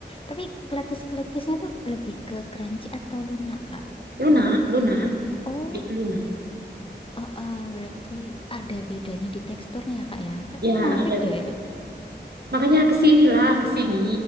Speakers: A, on the left; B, on the right.
A: Tapi keletis-keletisnya tuh lebih ke crunchy atau lunak, Kak?
B: lunak
A: Karena kan,
B: lunak
A: oh,
B: lebih ke lunak
A: eh, eh, berarti ada bedanya di teksturnya ya, Kak, ya? Kayaknya
B: ya
A: menarik
B: ada ada.
A: deh.
B: makanya kesinilah kesini